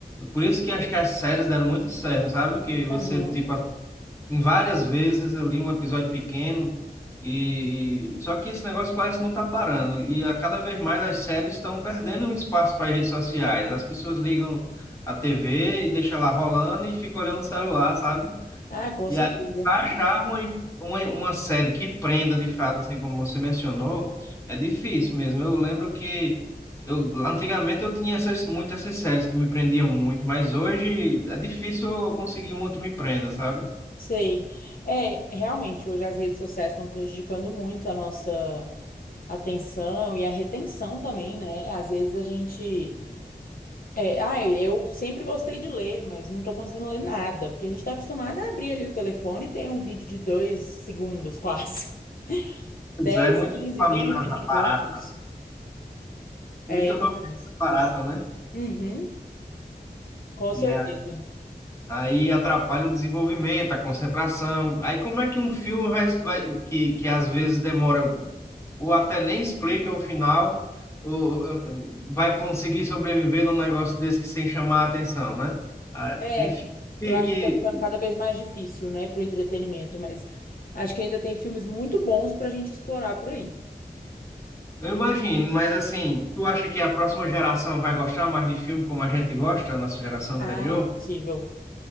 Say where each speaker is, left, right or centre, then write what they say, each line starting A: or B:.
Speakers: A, on the left; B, on the left.
A: Por isso que acho que as séries deram muito certo, sabe? Que você,
B: Aham.
A: tipo, em várias vezes eu li um episódio pequeno e só que esse negócio parece que não tá parando e a cada vez mais as séries estão perdendo espaço para as redes sociais. As pessoas ligam a TV e deixam lá rolando e ficam olhando o celular, sabe?
B: Ah, com
A: E
B: certeza.
A: aí pra achar uma, uma, uma série que prenda de fato, assim como você mencionou, é difícil mesmo. Eu lembro que eu antigamente eu tinha essas muitas essas séries que me prendiam muito, mas hoje é difícil eu conseguir uma que me prenda, sabe?
B: Sei. É, realmente, hoje as redes sociais estão prejudicando muito a nossa atenção e a retenção também, né? Às vezes a gente É, ai, eu sempre gostei de ler, mas não tô conseguindo ler nada, porque a gente tá acostumado a abrir ali o telefone e tem um vídeo de dois segundos, quase. <laughs>
A: Pois
B: dez,
A: é, muita
B: 15,
A: dopamina
B: 20 segundos.
A: barata.
B: É
A: Muita dopamina
B: demais.
A: barata, né?
B: Uhum, com certeza.
A: E a- aí atrapalha o desenvolvimento, a concentração. Aí como é que um filme vai, vai- que, que às vezes demora, ou até nem explica o final, ou, eh, eh, vai conseguir sobreviver num negócio desse que sem chamar a atenção, né? Ah,
B: É,
A: Tem filme que,
B: eu acho
A: que-
B: que tá ficando cada vez mais difícil, né, pro entretenimento, mas acho que ainda tem filmes muito bons pra gente explorar por aí.
A: eu imagino, mas assim, tu acha que a próxima geração vai gostar mais de filme como a gente gosta, a nossa geração anterior?
B: Ah, impossível.